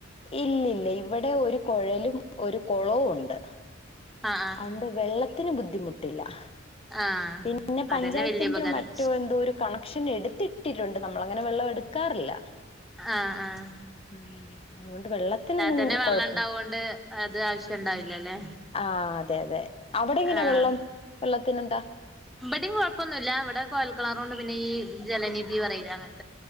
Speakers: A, on the left (about 30°); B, in the centre.
A: ഇല്ല്യല്ല ഇവടെ ഒരു കൊഴലും ഒരു കുളവും ഉണ്ട്
B: ആഹ് ആഹ്
A: അണ്ട് വെള്ളം ത്തിന് ബുദ്ധിമുട്ടില്ല-
B: ആഹ്
A: പിന്നപഞ്ചായത്തിന്റെ
B: അതന്നെ വല്യ ഉപകാരം
A: മററ്റെന്തോരു കളം ക്ഷന് എടുത്തിട്ടിട്ടുണ്ട് നമ്മള അങ്ങനെ വെള്ളമെടുക്കാറില്ല
B: ആ ആ
A: ഹ്മ് അതുകൊണ്ട് വെള്ളത്തിനൊന്നും
B: തന്നെ വെള്ളം
A: കൊഴപ്പമില്ല
B: ഉണ്ടാവോണ്ട് അത് ആവശ്യംണ്ടാവില്ലലെ
A: ആ അതെ അതെ അവടെങ്ങനെ
B: ആഹ്
A: വെള്ളം വെള്ളം പിന്നെന്താ
B: ഇബടിം കൊഴപ്പൊന്നുല്ല വടെ കുഴൽ കിണറു ഉണ്ട്‌ പിന്നെ ഈ ജലനിധി പറയില്ല അ